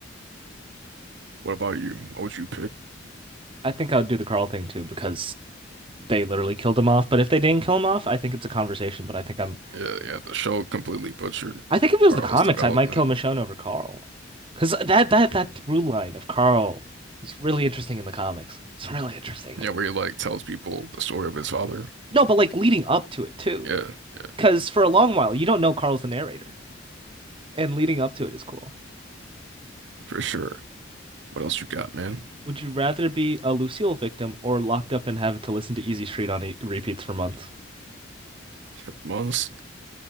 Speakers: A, on the right; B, on the right.
A: What about you? What would you pick?
B: I think I would do the Carl thing too because they literally killed him off. But if they didn't kill him off, I think it's a conversation. But I think I'm
A: Yeah, yeah. The show completely butchered
B: I think if it was
A: Carl's
B: the comics,
A: development.
B: I might kill Michonne over Carl. Because that that that through line of Carl is really interesting in the comics. It's really interesting.
A: Yeah, where he like tells people the story of his father.
B: No, but like leading up to it too.
A: Yeah, yeah,
B: Because for a long while, you don't know Carl's the narrator, and leading up to it is cool.
A: for sure. What else you got, man?
B: Would you rather be a Lucille victim or locked up and have to listen to Easy Street on e repeats for months?
A: For months.